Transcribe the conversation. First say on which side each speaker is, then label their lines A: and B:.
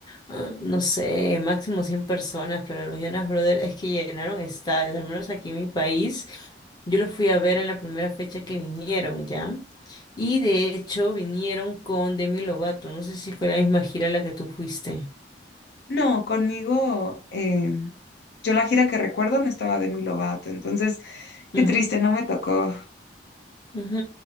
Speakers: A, on the left; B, on the left.
A: ah, no sé, máximo 100 personas, pero los Jonas Brothers es que llenaron estadios, al menos aquí en mi país, yo los fui a ver en la primera fecha que vinieron, ¿ya? Y de hecho vinieron con Demi Lovato. No sé si fue la misma gira a la que tú fuiste.
B: No, conmigo, eh, yo la gira que recuerdo no estaba de Demi Lovato, entonces qué
A: Ujú,
B: triste, no me tocó.
A: ujú,